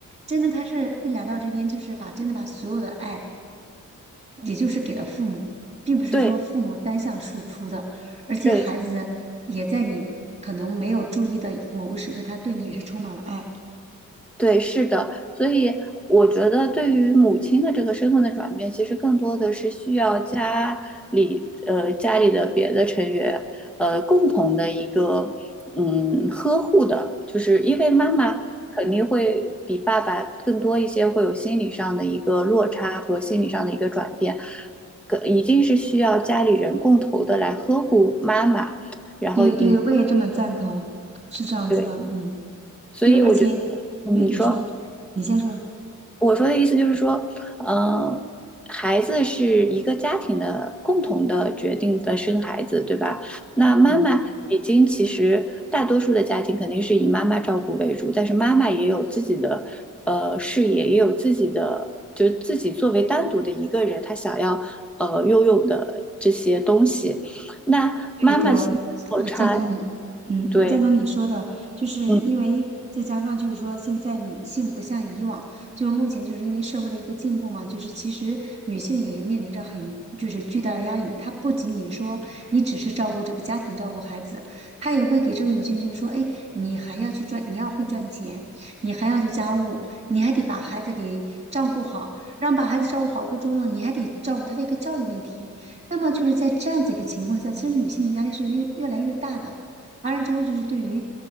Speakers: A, on the right; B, in the centre.
A: 真的，他是一来到这边就是把真的把所有的爱，也就是给了父母，并不是说父母单向输出的，
B: 对
A: 而且孩子也在你可能没有注意的某个时刻，
B: 对
A: 他对你也是充满了爱。
B: 对，是的，所以我觉得对于母亲的这个身份的转变，其实更多的是需要家里呃家里的别的成员呃共同的一个嗯呵护的，就是因为妈妈肯定会比爸爸更多一些，会有心理上的一个落差和心理上的一个转变，可一定是需要家里人共同的来呵护妈妈，然后引
A: 对对，我也这么赞同，是这样子的，
B: 对，
A: 嗯。
B: 所以我觉得嗯你说。
A: 因为而且，对你说，你先说，
B: 我说的意思就是说，呃，孩子是一个家庭的共同的决定的生孩子，对吧？那妈妈已经其实大多数的家庭肯定是以妈妈照顾为主，
A: 嗯。
B: 但是妈妈也有自己的呃事业，也有自己的，就是自己作为单独的一个人，她想要呃拥有的这些东西。那妈妈心里落差，
A: 对的，我赞同你，嗯，
B: 对。
A: 我赞同你说的，就是因为再加上就是说，
B: 嗯。
A: 现在女性不像以往，就目前就是因为社会的一个进步嘛，就是其实女性也面临着很就是巨大的压力，她不仅仅说你只是照顾这个家庭、照顾孩子，她也会给这个女性就是说，哎，你还要去赚，你要会赚钱，你还要做家务，你还得把孩子给照顾好，让把孩子照顾好过程中呢，你还得照顾他的一个教育问题。那么就是在这样子一个情况下，其实女性的压力是越越来越大的。完了之后，就是对于